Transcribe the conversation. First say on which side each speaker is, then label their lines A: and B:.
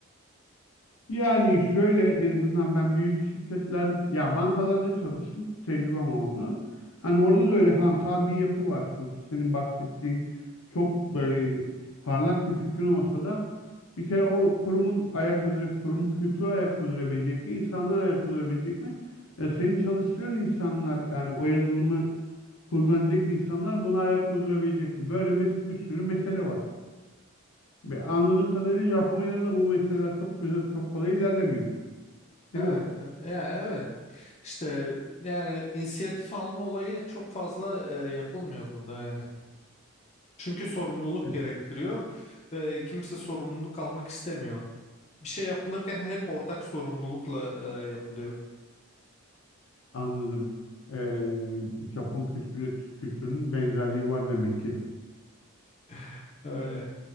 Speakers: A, on the left; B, on the left.
A: Yani şöyle en azından ben büyük şirketler ya bankalarda çalıştım. Tecrübem oldu. Hani orada da öyle hantal bir yapı var. sonuçta. Senin bahsettiğin çok böyle parlak bir fikrin olsa da bir kere o kurumun ayak uydura, kurum kültürü ayak uydurabilecek mi? İnsanlar ayak uydurabilecek mi? Ya senin çalıştığın insanlar yani o yazılımı kullanacak insanlar buna ayak uydurabilecek mi? Böyle mes bir sürü mesele var. Ve anladığım kadarıyla Japonya'da da bu meseleler çok güzel, çok kolay ilerlemiyor. Değil
B: Evet,
A: mi?
B: e, ya evet. İşte yani inisiyatif alma olayı çok fazla eee, yapılmıyor burada yani. Çünkü sorumluluk
A: Evet,
B: gerektiriyor ve kimse sorumluluk almak istemiyor. Bir şey yapılırken hep ortak sorumlulukla e, yapılıyor.
A: anladım. Ee, Japon kültürüyle Türk kültürünün benzerliği var demek ki.
B: <laughs> Öyle.